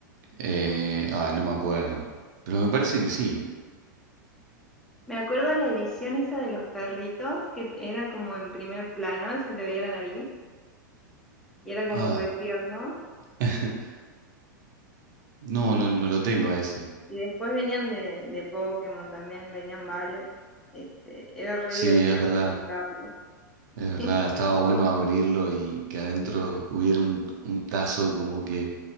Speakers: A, on the right; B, in the centre.
A: Eh, ah, no me acuerdo. Pero me parece que sí.
B: Me acuerdo la edición esa de los perritos, que t- era como en primer plano, se le veía la nariz, y era como
A: Ah,
B: re tierno.
A: <laughs> no, no, no lo tengo a ese.
B: Y después venían de, de Pokémon también, venían varios. Este, era re
A: Sí,
B: divertido
A: es verdad,
B: juntarlos.
A: es verdad.
B: <laughs>
A: Estaba bueno abrirlo y que adentro hubiera un, un tazo como que,